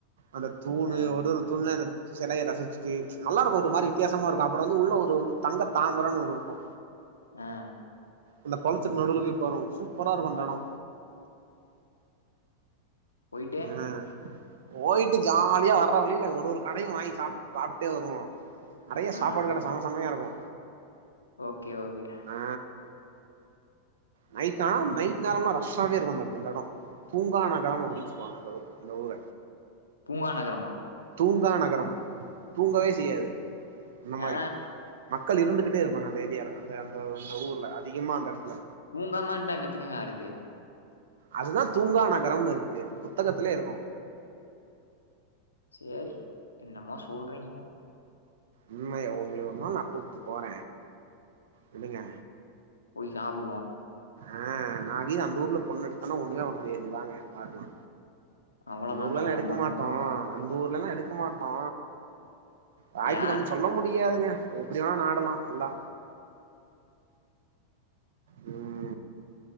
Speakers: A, on the right (about 60°); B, on the left (about 75°).
A: அந்த தூணு
B: ஆ,
A: ஒரு ஒரு தூண்ல அந்த செலையை ரசிச்சுட்டு நல்லா இருக்கு ஒரு மாரி வித்தியாசமா இருக்கு அப்புறோ வந்து உள்ள ஒரு வந்து தங்க தாமரன் ஒனனு இருக்கு
B: அ
A: அந்த கொளத்துக்கு நடுவில போய் உக்காருவோ சூப்பரா இருக்கு அந்த எடோ
B: போயிட்டு
A: ம் போய்ட்டு ஜாலியா வர்ற வழில ஒரு ஒரு கடையு வாங்கி சாப் சாப்ட்டே வருவோ நறைய
B: ஆ
A: சாப்பாடு கட சம சமையா இருக்கு
B: ஓகே ஓகே
A: ஆ நைட் ஆனா நைட் நேரம்லா ரஷ்ஷாவே இருக்கு அந்த அந்த எடோ தூங்கா நகரம் அப்டின் சொல்வாங்க அந்த ஊர அந்த ஊர
B: பூங்கா நகரமா
A: தூங்கா நகரம் தூங்கவே செய்யாது அந்த மாரி
B: ஆ
A: மக்கள் இருந்துகிட்டே இருப்பாங்க அந்த ஏரியால அந்த அந்த அந்த ஊர்ல அதிகமா அந்த இடத்துல
B: தூங்காம இருந்தா என்னத்துக்கங்க ஆகுறது
A: அதுதா தூங்கா நகரம்னு இருக்கு புத்தகத்திலயே இருக்கு
B: சேரி என்னம்மோ சொல்றீங்க
A: உண்மையா உங்கள ஒரு நாள் நா கூட்னு போற விடுங்க
B: போய் சாப்டுவோ
A: ஆ நாகீ அந்த ஊர்ல பொண்ணு எடுத்தனா ஒண்ணுமே பண்ண முடியாது வாங்க பாக்கலா
B: அவ்வளதாங்க.
A: அந்த ஊர்லல்லா எடுக்க
B: நம்ம தான்
A: மாட்டோ
B: நம்ம தான்.
A: அந்த ஊர்லல்லா எடுக்க மாட்டோ வாய்ப்பு
B: ஏன்?
A: கம்மி சொல்ல முடியாதுங்க எப்டி வேணா நாடலா நல்லா ம்